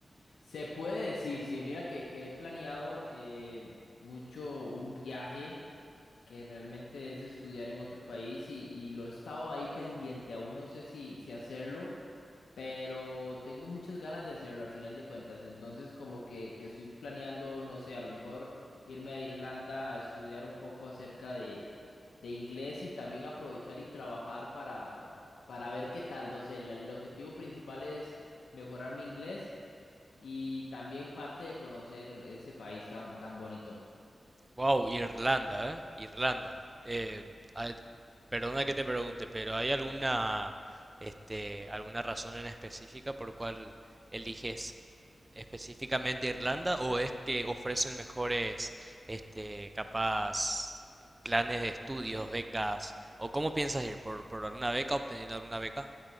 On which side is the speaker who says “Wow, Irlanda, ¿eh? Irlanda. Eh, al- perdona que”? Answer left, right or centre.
Right